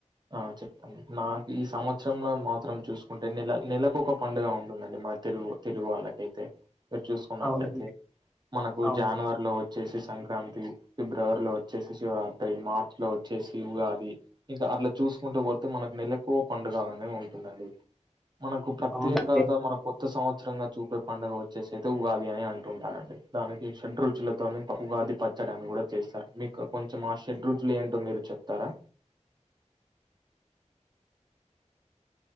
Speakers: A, on the right; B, in the centre.
A: ఆ చెప్పుతా నాకు ఈ సంవత్సరం సం ల మాత్రం చూసుకుంటే నెల నెలకు ఒక పండుగ ఉంటుందండి మ తెలుగు తెలుగు వాళ్ళకైతే మీరు చూసుకున్నట్లయితే
B: అవునండి
A: మనకు
B: అవును
A: జనవరిలో వచ్చేసి సంక్రాంతి ఫిబ్రవరిలో వచ్చేసి శివరాత్రి మార్చి లో వచ్చేసి ఉగాది ఇంకా అట్లా చూసుకుంటూ పోతే మనకు నెలకు ఒక పండుగ అనే ఉంటుందండి మనకు ప్రత్యేకత
B: అవునండి
A: మన కొ కొత్త సంవత్సరంగా చూపే పండుగ వచ్చేసి అయితే ఉగాది అని అంటుంటారండి దానికి షడ్ రుచులతోని బహుగా ఉగాది పచ్చడి అని కూడా చేస్తారు మీకు కొంచెం ఆ షడ్రురుచులు ఏంటో మీరు చెప్తారా